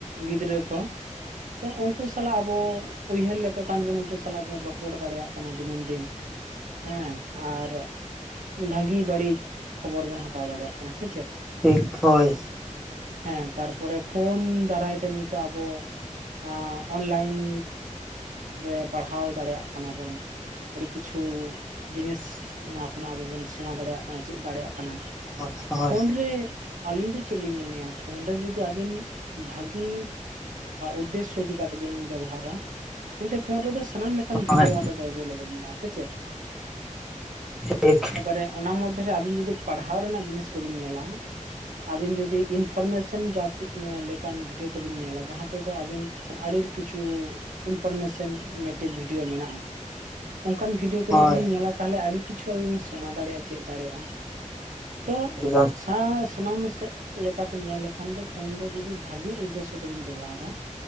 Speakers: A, on the right (about 85°); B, in the centre.
A: ᱜᱤᱫᱽᱨᱟᱹ ᱠᱚ ᱛᱚ ᱩᱱᱠᱩ ᱥᱟᱞᱟᱜ ᱟᱵᱚ ᱩᱭᱦᱟᱹᱨ ᱞᱮᱠᱚ ᱠᱟᱱ ᱵᱚᱱ ᱩᱱᱠᱩ ᱥᱟᱞᱟᱜ ᱵᱚᱱ ᱨᱚᱯᱚᱲ ᱫᱟᱲᱮᱭᱟᱜ ᱠᱟᱱᱟ ᱫᱤᱱᱟᱹᱢ ᱫᱤᱱ, ᱦᱮᱸ ᱟᱨ ᱵᱷᱟᱹᱜᱤ ᱵᱟᱹᱲᱤᱡ ᱠᱷᱚᱵᱚᱨ ᱵᱩᱱ ᱦᱟᱛᱟᱣ ᱫᱟᱲᱮᱭᱟᱜ ᱠᱟᱱᱟ, ᱥᱮ ᱪᱮᱫ?
B: ᱴᱷᱤᱠ ᱦᱳᱭ᱾
A: ᱦᱮᱸ ᱛᱟᱨᱯᱚᱨᱮ ᱯᱷᱳᱱ ᱫᱟᱨᱟᱭ ᱛᱮ ᱱᱤᱛᱚᱜ ᱟᱵᱚ ᱟᱸ ᱚᱱᱞᱟᱭᱤᱱ ᱨᱮ ᱯᱟᱲᱦᱟᱣ ᱫᱟᱲᱮᱭᱟᱜ ᱠᱟᱱᱟ ᱵᱚᱱ ᱟᱹᱰᱤ ᱠᱤᱪᱷᱩ ᱡᱤᱱᱤᱥ ᱚᱱᱟ ᱠᱷᱚᱱᱟᱜ ᱟᱵᱚ ᱵᱚᱱ ᱥᱮᱬᱟ ᱫᱟᱲᱮᱭᱟᱜ ᱠᱟᱱᱟ ᱪᱮᱫ ᱫᱟᱲᱮᱭᱟᱜ ᱠᱟᱱᱟ,
B: ᱦᱳᱭ ᱦᱳᱭ
A: ᱯᱷᱳᱱ ᱨᱮ ᱟᱞᱤᱧ ᱫᱚ ᱪᱮᱫ ᱞᱤᱧ ᱢᱮᱱᱮᱜᱼᱟ ᱯᱷᱳᱱ ᱨᱮ ᱡᱩᱫᱤ ᱟᱵᱤᱱ ᱵᱷᱟᱜᱤ ᱩᱫᱽᱫᱮᱥᱥᱚ ᱤᱫᱤ ᱠᱟᱛᱮᱫ ᱵᱤᱱ ᱵᱮᱵᱚᱦᱟᱨᱟ ᱮᱱᱛᱮ ᱯᱳᱱ ᱨᱮᱫᱚ ᱥᱟᱱᱟᱢ <unintelligible> ᱵᱷᱤᱰᱭᱳ
B: ᱦᱳᱭ
A: ᱚᱸᱰᱮ ᱫᱚ ᱮᱵᱮᱞᱮᱵᱮᱞ ᱢᱮᱱᱟᱜᱼᱟ ᱥᱮ ᱪᱮᱫ,
B: ᱴᱷᱤᱠ
A: ᱮᱵᱟᱨᱮ ᱚᱱᱟ ᱢᱚᱫᱽᱫᱷᱮ ᱨᱮ ᱟᱵᱤᱱ ᱡᱩᱫᱤ ᱯᱟᱲᱦᱟᱣ ᱨᱮᱱᱟᱜ ᱡᱤᱱᱤᱥ <unintelligible> ᱧᱮᱞᱟ ᱟᱵᱤᱱ ᱡᱩᱫᱤ ᱤᱱᱯᱷᱚᱨᱢᱮᱥᱚᱱ <unintelligible> <unintelligible> ᱵᱷᱤᱰᱭᱳ ᱠᱚᱵᱤᱱ ᱧᱮᱞᱟ ᱡᱟᱦᱟᱸ ᱛᱮᱫᱚ ᱟᱵᱤᱱ ᱟᱲᱤᱨ ᱠᱤᱪᱷᱩ ᱤᱱᱯᱷᱚᱨᱢᱮᱥᱚᱱ ᱢᱤᱴᱤᱵ ᱵᱷᱤᱰᱭᱳ ᱢᱮᱱᱟᱜᱼᱟ, ᱚᱱᱠᱟᱱ ᱵᱷᱤᱰᱭᱳ ᱠᱚ
B: ᱦᱳᱭ
A: ᱡᱩᱫᱤ ᱵᱤᱱ ᱧᱮᱞᱟ ᱛᱟᱦᱞᱮ ᱟᱹᱰᱤ ᱠᱤᱪᱷᱩ ᱟᱵᱤᱱ ᱵᱤ ᱥᱮᱬᱟ ᱫᱟᱲᱮᱭᱟᱜᱼᱟ ᱪᱮᱫ ᱫᱟᱲᱮᱭᱟᱜᱼᱟ, ᱛᱚ
B: ᱮᱠᱫᱚᱢ
A: <unintelligible> ᱥᱟᱱᱟᱢ ᱥᱮᱫ ᱞᱮᱠᱟᱛᱮ ᱧᱮᱞ ᱞᱮᱠᱷᱟᱱ ᱫᱚ ᱯᱷᱳᱱ ᱫᱚ ᱡᱚᱫᱤ ᱵᱷᱟᱜᱤ ᱩᱫᱽᱫᱮᱥᱥᱚ ᱛᱮᱵᱤᱱ ᱵᱮᱵᱚᱦᱟᱨᱟ